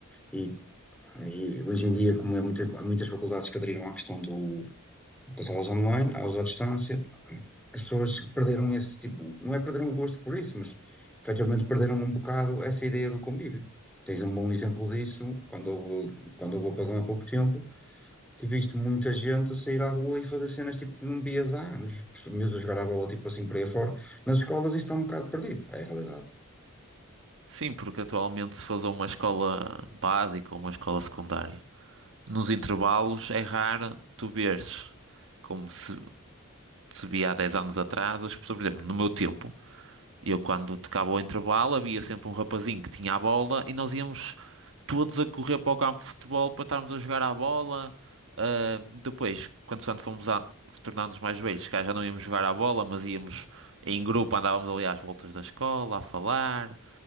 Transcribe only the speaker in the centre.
e, e hoje em dia, como é muita- há muitas faculdades que aderiram à questão do, das aulas online, aulas à distância, as pessoas perderam esse tipo, não é perderam o gosto por isso, mas efetivamente perderam um bocado essa ideia do convívio. Tens um bom exemplo disso quando eu vou, quando eu vou para lá há pouco tempo, que viste muita gente a sair à rua e fazer cenas tipo que não vias há anos, Os miúdos a jogar a bola tipo assim por aí fora. Nas escolas isto está um bocado perdido, é a realidade.